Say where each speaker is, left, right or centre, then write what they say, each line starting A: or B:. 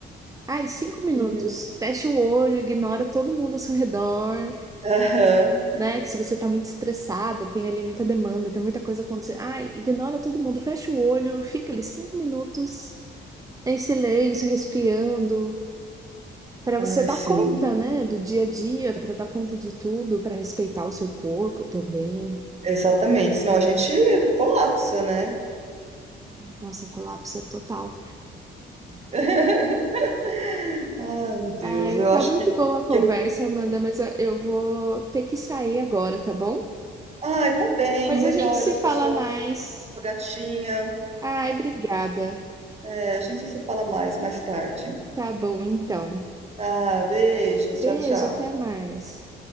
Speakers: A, on the right; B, on the right.
A: Ai, cinco minutos.
B: Uhum.
A: Fecha o olho, ignora todo mundo ao seu redor,
B: Aham.
A: né? Que se você tá muito estressada, tem ali muita demanda, tem muita coisa acontecendo. Ai, ignora todo mundo, fecha o olho, fica ali cinco minutos em silêncio, respirando. para você
B: Ai,
A: dar
B: sim,
A: conta, né, do dia a dia, para dar conta de tudo, para respeitar o seu corpo também.
B: exatamente. Senão a gente colapsa, né?
A: Nossa, colapsa total.
B: <laughs> Ai, meu Deus,
A: Ah,
B: eu
A: tá
B: acho
A: muito
B: que,
A: boa a conversa,
B: que eu.
A: Amanda, mas eu eu vou ter que sair agora, tá bom?
B: Ai, tá bem,
A: Pois
B: melhoras
A: a gente se fala
B: pra sua
A: mais.
B: gatinha.
A: Ai, obrigada.
B: É, a gente se fala mais, mais tarde.
A: Tá bom, então.
B: Tá, beijos,
A: Beijo,
B: tchau, tchau.
A: até mais.